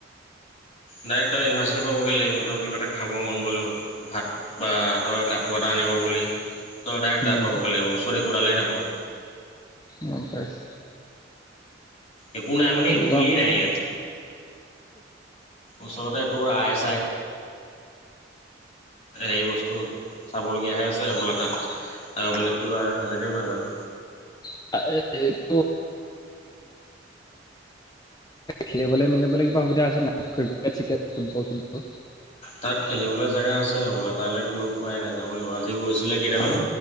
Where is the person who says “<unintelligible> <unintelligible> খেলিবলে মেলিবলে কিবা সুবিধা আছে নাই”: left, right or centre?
Left